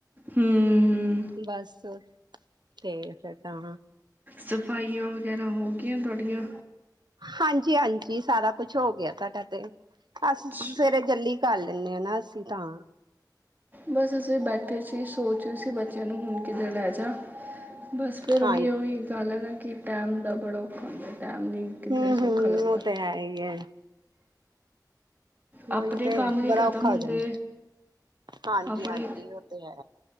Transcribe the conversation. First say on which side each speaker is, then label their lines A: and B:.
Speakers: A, on the right; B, on the right.
A: ਹਮ ਹਮ
B: ਬਸ ਤੇ ਫਿਰ ਤਾਂ
A: ਸਫਾਈਆਂ ਵਗੈਰਾ ਹੋ ਗਈਆਂ ਤੁਹਾਡੀਆਂ
B: ਹਾਂਜੀ ਹਾਂਜੀ ਸਾਰਾ ਕੁਛ ਹੋ ਗਿਆ ਸਾਡਾ ਤੇ ਅਸੀ
A: ਅੱਛਾ,
B: ਸਵੇਰੇ ਜਲਦੀ ਕਰ ਲੈਂਦੇ ਹਾਂ ਨਾ ਅਸੀਂ ਤਾਂ
A: ਬਸ ਅਸੀਂ ਬੈਠੇ ਸੀ ਸੋਚ ਰਹੇ ਸੀ ਬੱਚਿਆਂ ਨੂੰ ਹੁਣ ਕਿੱਧਰ ਲੈ ਜਾ ਬਸ ਫਿਰ
B: ਹਾਂਜੀ
A: ਉਹੀ ਉਹੀ ਗੱਲ ਹੈ ਨਾ ਕਿ ਟਾਈਮ ਦਾ ਬੜਾ ਹਦੇ ਟੈਮ ਨਹੀਂ ਕਿੱਧਰੇ
B: ਹਮ ਹਮ
A: ਸੌਖਾ ਲੱਗਦਾ
B: ਉਹ ਤੇ ਹੈ ਹੀ ਹੈ
A: ਆਪਣੇ
B: ਉਹੀ ਤੇ
A: ਕੰਮ ਨੀ
B: ਬੜਾ
A: ਖਤਮ
B: ਔਖਾ
A: ਹੁੰਦੇ,
B: ਹੋ ਜਾਂਦਾ ਹਾਂਜੀ
A: ਆਪਣੇ
B: ਹਾਂਜੀ ਉਹ ਤੇ ਹੈ